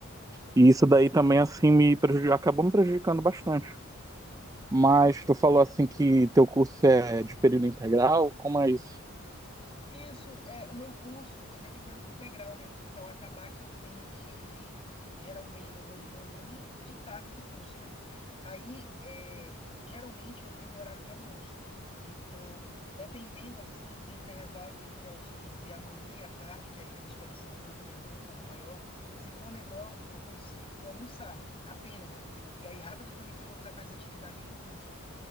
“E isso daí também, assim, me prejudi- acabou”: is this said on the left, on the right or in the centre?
Right